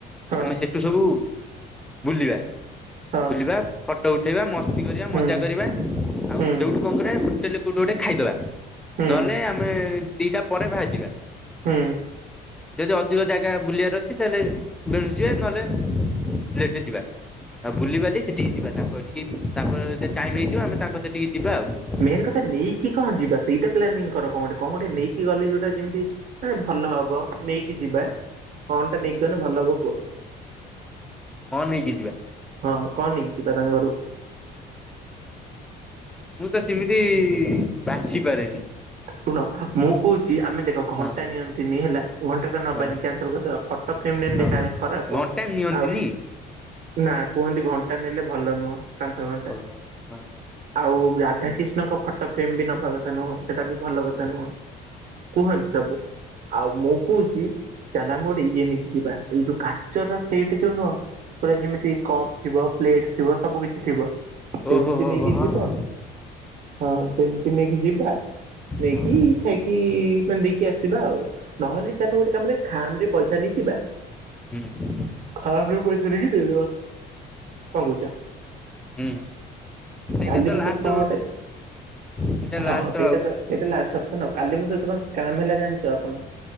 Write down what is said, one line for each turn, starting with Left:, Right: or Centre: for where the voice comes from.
Right: ହଁ
Centre: ଆମେ ସେଠୁ ସବୁ ବୁଲିବା
Right: ହଁ
Centre: ବୁଲିବା ଫଟୋ ଉଠେଇବା ମସ୍ତି କରିବା
Right: ହୁଁ
Centre: ମଜା କରିବା ଆଉ
Right: ହୁଁ
Centre: ସେଉଠୁ କଣ କରିବା ହୋଟେଲ କୋଉଠି ଗୋଟେ ଖାଇଦବା
Right: ହୁଁ
Centre: ନହେଲେ ଆମେ ଦିଟା ପରେ ବାହାରିଯିବା।
Right: ହୁଁ।
Centre: ଯଦି ଅଧିକ ଜାଗା ବୁଲିବାର ଅଛି ତାହେଲେ ବେଣୁସ଼ ଯିବା ନହେଲେ ଲେଟରେ ଯିବା। ଆଉ ବୁଲିିବାଲି ସେଠିକି ଯିବା ତାଙ୍କ ଠିକି ତାପରେ ଟାଇମ ହେଇଯିବ ଆମେ ତାଙ୍କ ସେଠିକି ଯିବା ଆଉ
Right: ମେନ୍ କଥା ନେଇକି କଣ ଯିବା ସେଇଟା ପ୍ଲାନିଂ କର କଣଟେ କଣ ଗଟେ ନେଇକି ଗଲେ ଯୋଉଟା ଯେମିତି ନା ଭଲ ହବ ନେଇକି ଯିବା କଣ ଟା ନେଇଗଲେ ଭଲ ହବ କୁହ।
Centre: କଣ ନେଇକି ଯିବା?
Right: ହଁ କଣ ନେଇକି ଯିବା ତାଙ୍କ ଘରକୁ
Centre: ମୁଁ ତ ସେମିତି ବାଛି ପାରେନି।
Right: ଶୁଣ ମୁଁ କହୁଛି ଆମେ ଦେଖ ଘଣ୍ଟା
Centre: ହଁ
Right: ନିଅନ୍ତିନି ହେଲା ଘଣ୍ଟା ଟା ନବାନି
Centre: ହଁ
Right: କ୍ୟାନସଲ କରିଦବା ଫଟୋ ଫ୍ରେମ ନେଲେ
Centre: ହଁ।
Right: କାଳେ ଖରାପ
Centre: ଘଣ୍ଟା ନିଅନ୍ତିନି।
Right: ଆଉ ନା କୁହନ୍ତି ଘଣ୍ଟା ନେଲେ ଭଲ ନୁହଁ କାନ୍ଥ ଘଣ୍ଟା।
Centre: ଓହୋ ହଁ ହଁ
Right: ଆଉ ରାଧା
Centre: ହୁଁ
Right: କିଷ୍ଣଙ୍କ ଫଟୋ ଫ୍ରେମ ବି ନବା କଥା ନୁହଁ ସେଇଟା ବି ଭଲ କଥା
Centre: ହୁଁ
Right: ନୁହଁ କୁହନ୍ତି ସବୁ। ଆଉ ମୁଁ କହୁଛି ଚାଲ ଆମେ ଗୋଟେ ଇଏ ନେଇକି ଯିବା ଏଇ ଯୋଉ କାଚର ସେଇଟ ଯୋଉ ନୁହଁ ପୁରା ଯେମିତି କପ୍ ଥିବ ପ୍ଲେଟ ଥିବ ସବୁ କିଛି ଥିବ ସେମିତି
Centre: ଓହୋ ହୋ
Right: ନେଇକି
Centre: ହୋ ହଁ
Right: ଯିବା
Centre: ହଁ।
Right: ହଁ ସେମିତି ନେଇକି ଯିବା। ନେଇକି
Centre: ହଁ।
Right: ଖାଇକି ମାନେ ଦେଇକି ଆସିବା ଆଉ। ନହେଲେ ଚାଲେ ଗୋଟେ କାମ କରିବା ଖାମ୍ ପଇସା ନେଇ ଯିବା?
Centre: ହୁଁ
Right: ଖାମ୍‌ରେପଇସା ନେଇ ଦେଇଦବା। କଣ କହୁଛ?
Centre: ହୁଁ ସେଇଟା
Right: କାଲି
Centre: ତ
Right: ମୋ
Centre: ଲାଷ୍ଟ
Right: ସହିତ କଣ ଗଟେ
Centre: ସେଇଟା ଲାଷ୍ଟ
Right: ହଁ ସେଇଟା
Centre: ଆଉ
Right: ତ ସେଇଟା ଲାଷ୍ଟ ଅପସନ ଆଉ। କାଲି ମୋ ସହିତ କଣ ସ୍କାମ୍ ହେଲା ଜାଣିଛ ଆପଣ